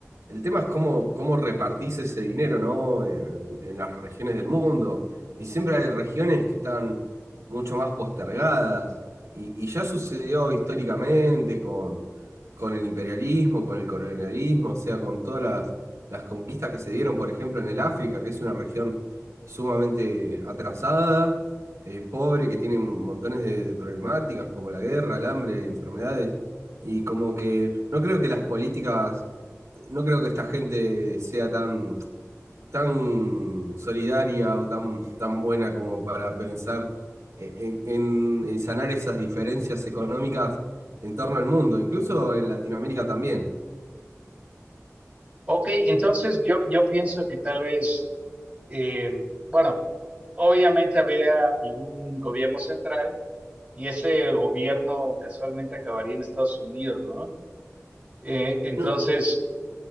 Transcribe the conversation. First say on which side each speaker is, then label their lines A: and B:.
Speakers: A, on the right (about 75°); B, on the right (about 25°).
A: el tema es cómo, cómo repartís ese dinero, ¿no? En, en las regiones del mundo. Y siempre hay regiones que están mucho más postergadas. Y, y ya sucedió históricamente con, con el imperialismo, con el colonialismo, o sea, con todas las, las conquistas que se dieron, por ejemplo, en el África, que es una región sumamente atrasada, eh, pobre, que tiene montones de, de problemáticas como la guerra, el hambre, enfermedades. Y como que no creo que las políticas no creo que esta gente sea tan, tan solidaria o tan, tan buena como para pensar eh, en, en- en sanar esas diferencias económicas en torno al mundo, incluso en Latinoamérica también.
B: Ok, entonces yo, yo pienso que tal vez, eh, bueno, obviamente habría algún gobierno central y ese gobierno casualmente acabaría en Estados Unidos, ¿no? Eh, entonces,
A: No,